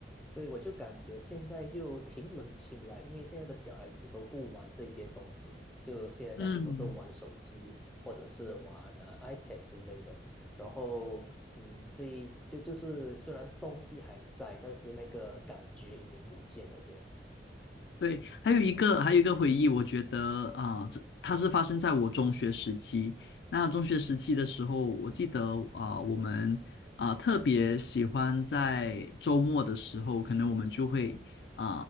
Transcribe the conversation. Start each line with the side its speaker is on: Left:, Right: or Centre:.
Centre: 对，我就感觉现在就挺冷清了，因为现在的小孩子都不玩这些东西，就现在小孩子都是玩手机或者是玩呃
Left: 嗯，
Centre: iPad 之类的。然后，嗯，这就就是虽然东西还在，但是那个感觉已经不见了，这样。
Left: 对，还有一个，还有一个回忆，我觉得啊，呃这、它是发生在我中学时期。那中学时期的时候，我记得啊、呃我们啊、呃特别喜欢在周末的时候，可能我们就会啊、